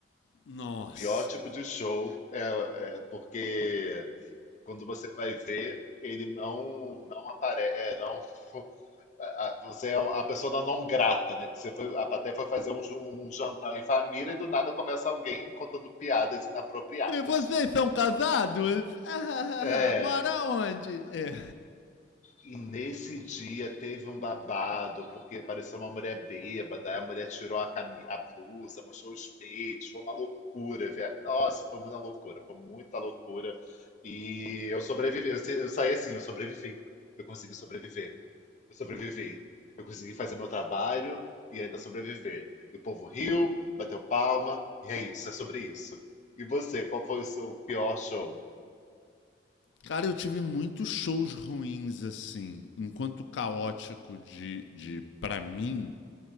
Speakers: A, on the left; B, on the left.
A: Nossa.
B: Pior tipo de show é, é porque quando você vai ver, ele não, não aparece, não. a- você é um, a pessoa da não grata, né? Que você foi, a plateia foi fazer um, um jantar em família e do nada começa alguém contando piadas inapropriadas.
A: E vocês são casados? <laughs>
B: É,
A: Mora onde? É.
B: e nesse dia teve um babado, porque apareceu uma mulher bêbada, aí a mulher tirou a, cami- a blusa, mostrou os peitos, foi uma loucura. vi- Nossa, foi uma loucura, foi muita loucura. E eu sobrevivi, eu, se- eu saí assim, eu sobrevivi. Eu consegui sobreviver. Eu sobrevivi. Eu consegui fazer meu trabalho e ainda sobreviver. E o povo riu, bateu palma, e é isso, é sobre isso. E você, qual foi o seu pior show?
A: Cara, eu tive muitos shows ruins, assim. Enquanto caótico de, de para mim,